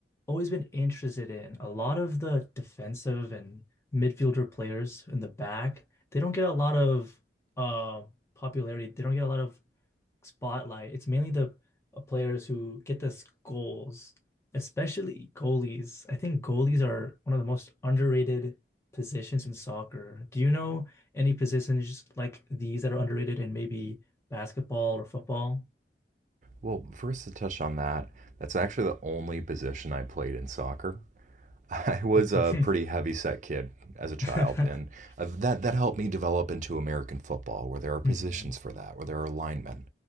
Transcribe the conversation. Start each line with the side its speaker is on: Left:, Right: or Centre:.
Left: always been interested in. A lot of the defensive and midfielder players in the back, they don't get a lot of uh popularity. They don't get a lot of spotlight. It's mainly the uh, players who get us goals, especially goalies. I think goalies are one of the most underrated positions in soccer. Do you know any positions like these that are underrated in maybe basketball or football?
Right: Well, first to touch on that, that's actually the only position I played in soccer. I was
Left: Mhm.
Right: a pretty heavy set kid as a child,
Left: <laughs>
Right: and uh, that that helped me develop into American football, where there are positions
Left: Mhm.
Right: for that, where there are linemen.